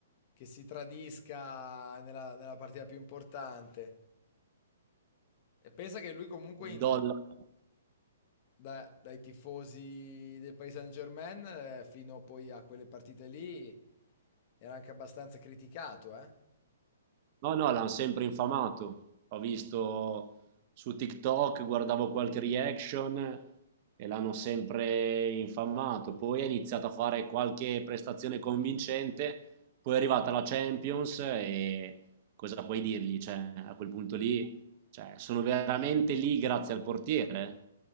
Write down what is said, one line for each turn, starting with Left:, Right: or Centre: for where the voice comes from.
Left: che si tradisca nella, nella partita più importante. E pensa che lui comunque in,
Right: Dollari
Left: da- dai tifosi del Paris Saint-Germain eh, fino poi a quelle partite lì era anche abbastanza criticato, eh?
Right: No, no, l'hanno sempre infamato. Ho visto su TikTok, guardavo qualche reaction e l'hanno sempre infamato. Poi ha iniziato a fare qualche prestazione convincente, poi è arrivata la Champions e cosa puoi dirgli? Cioè, a quel punto lì, cioè, sono veramente lì grazie al portiere?